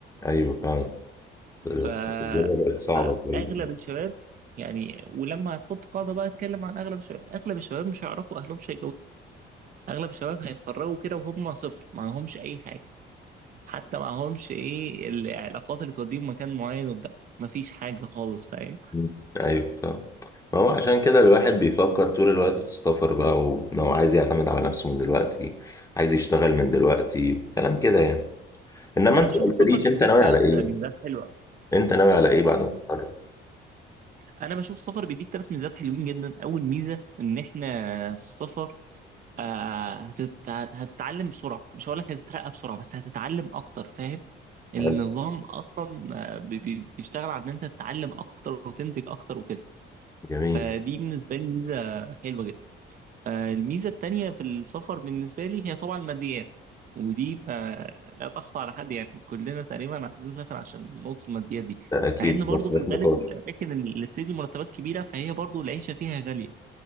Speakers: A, on the left; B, on the right.
A: ايوه فعلا آه،
B: ف
A: الدنيا بقت صعبة
B: فاغلب
A: شوية دلوقتي.
B: الشباب يعني ولما هتحط قاعده بقى اتكلم عن اغلب الشباب اغلب الشباب مش هيعرفوا اهلهم مش اغلب الشباب هيتخرجوا كده وهم صفر معهمش اي حاجه حتى معهمش ايه العلاقات اللي توديهم مكان معين وبتاع مفيش حاجه خالص فاهم
A: مم. ايوه فعلا ما هو عشان كده الواحد بيفكر طول الوقت في السفر بقى وان هو عايز يعتمد على نفسه من دلوقتي عايز يشتغل من دلوقتي كلام كده يعني انما
B: انا
A: انت
B: بشوف
A: ما قلتليش
B: السفر بيديك
A: انت ناوي
B: ثلاث
A: على ايه
B: ميزات حلوه
A: انت ناوي على ايه بعد ما تتخرج
B: انا بشوف السفر بيديك ثلاث ميزات حلوين جدا اول ميزه ان احنا في السفر آه، هتت... هتتعلم بسرعه مش هقول لك هتترقى بسرعه بس هتتعلم اكتر فاهم النظام
A: حلو،
B: اصلا آه، بي- بي- بيشتغل على ان انت تتعلم اكتر وتنتج اكتر وكده
A: جميل
B: فدي بالنسبه لي ميزه حلوه جدا آه، الميزة التانية في السفر بالنسبة لي هي طبعا الماديات ودي ما لا تخفى على حد يعني كلنا تقريبا عايزين نسافر عشان نقطة الماديات دي
A: ده اكيد
B: مع ان
A: ده
B: برضه
A: خلاف
B: في الغالب
A: نقاش
B: الأماكن اللي بتدي مرتبات كبيرة فهي برضه العيشة فيها غالية